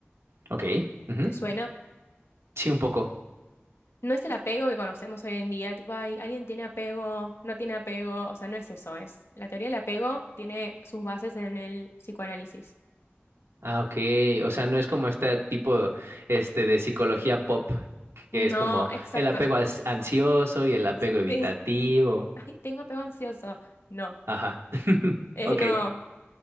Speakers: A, on the right; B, on the left.
A: Ok. ujú.
B: ¿te suena?
A: Sí, un poco.
B: No es el apego que conocemos hoy en día, tipo, ay, alguien tiene apego, no tiene apego, o sea, no es eso, es. La teoría del apego tiene sus bases en el psicoanálisis.
A: Ah, ok. O sea, no es como este tipo, este, de psicología pop,
B: No,
A: que es como
B: exacto,
A: el apego as- ansioso y el apego
B: <laughs>
A: evitativo.
B: sí. Ay, tengo apego ansioso. No,
A: Ajá. <laughs>
B: eh,
A: Ok.
B: no.